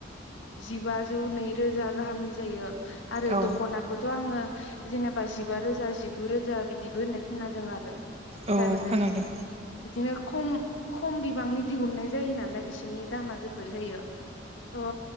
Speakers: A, on the left; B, on the right.
A: जिबाजौ नैरोजा गाहामनि जायो आरो
B: औ
A: दख'नाखौथ' आङो जेनेबा जिबा रोजा जिगु रोजा बिदिबो होननाय खोनादों आरो
B: औ
A: थारमाने
B: खोनादों
A: बिदिनो खम खम बिबांनि दिहुननाय जायो नालाय बिसोरनि दामा जोबद जायो थ' ओ